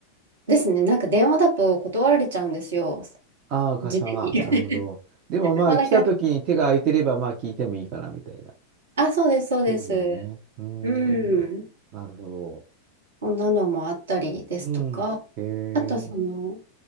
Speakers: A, on the right; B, on the right.
A: ですね。なんか電話だと断られちゃうんですよ。
B: ああー、
A: 事前に。
B: 会社、なるほど。
A: <laughs>
B: でもまあ、
A: もうだから、
B: 来た時に手が空いてれば、まあ、聞いてもいいかな、みたいな。
A: あ、そうです、そうです。
B: そうだよね。うーん。
A: うん。
B: なるほど。
A: こんなのもあったりですとか、
B: うん。へえ。
A: あとその、